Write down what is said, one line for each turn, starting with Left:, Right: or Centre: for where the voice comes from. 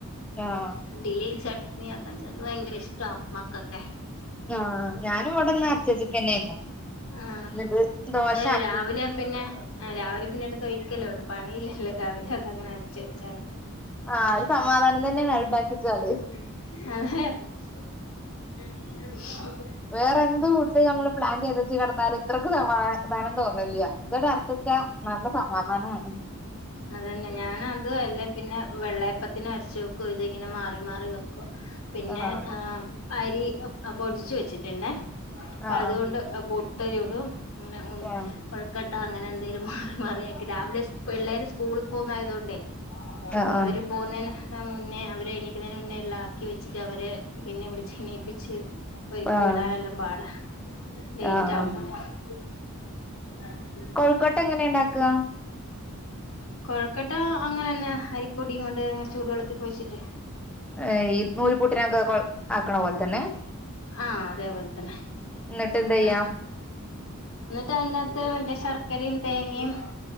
Centre: എഹ് ആഹ്
Left: ഡലിം ചട്ടണി അതാൺച്ച അത് ഭയങ്കര ഇഷ്ടം മക്കൊക്കെ
Centre: ആഞാനും ഇവിടന്ന് അരച്ചേച്ചിക്കന്നെനു
Left: ആഹ്
Centre: എന്നിട്ട് ദോശ ആക്കി.
Left: രാവിലെ പിന്നെ രാവിലെ പിന്നെ എടുത്തുയ്ക്കല്ലേ വേണ്ടു പണി ഇല്ലല്ലോ രാവിലെ അതഅങ്ങനെ അരച്ച വെച്ചാൽ.
Centre: ആഒരു സമാധാനം തന്നെയാണ് ഉണ്ടാക്കിവെച്ചാൽ.
Left: അത <inaudible>
Centre: വേറെ എന്ത് ക നമ്മള് പ്ലാൻ ചെയ്തച്ച കടന്നാൽ ഇത്രയ്ക്ക് സമാധനം തോന്നുന്നില്ല ഇതട അര ച്ചുവെച്ചാൽ നല്ല സമാധാനമാണ്.
Left: ഉ <inaudible> അത തന്നെ ഞാാന അത് അല്ലേ പിന്നെ വെള്ളയപ്പത്തിനന് അരച്ച് വെക്കും ഇത് ഇങ്ങനെ മാറി മാറി വെക്കും. പിന്നെ
Centre: ആഹ്
Left: അരി പൊടിിച്ചു വെച്ചിട്ടുണ്ടേ അപ്പ
Centre: ആഹ്
Left: അതുകൊണ്ട്
Centre: ആഹ്
Left: പുട്ട് ചൂടും അങ്ങനെ ഉ
Centre: ആഹ്
Left: കൊഴക്കെട്ടഅങ്ങനെ എന്തെങ്കലും മാറി മാറിയാക്കി രാവിലെ പിള്ളേർ സ്കൂളിൽ പോകുന്ന ആയത കൊണ്ടേ
Centre: ആഹ്
Left: അവര് പോകുന്നതിന് മുന്നേ അവര് എണീക്കുന്നതിന് മുന്നേ എല്ലാം ആക്കി വെച്ചിട്ട് അവര് പിന്നെ വിളിച്ച എ ണീപ്പിച്ച് ഒരുക്കി
Centre: ആഹ്
Left: വിടാനെല്ലാം പാടാ ലേറ്റ്
Centre: ആഹ് ആഹ്
Left: ആാവുന്ന <unintelligible>
Centre: കോഴക്കട്ട എങ്ങനെ ഉണ്ടാക്കുക?
Left: കൊഴക്കട്ടാ അങ്ങനെ തന്നെ അരിപ്പൊടിയും കൊണ്ട് ചൂടു വെള്ളത്തിൽ കൊഴിച്ചിട്ട്
Centre: ഏ ഈ നൂല്പുട്ടിനൊക്കെ ആക്കണ പോലെ തന്നെ
Left: ആഅതേപോലെ തന്നെ
Centre: എന്നിട്ട് എന്തെയ്യാ
Left: ആ എന്നിട്ട് അതിനകത്ത് മറ്റേ ശർക്കരയും തേങ്ങയും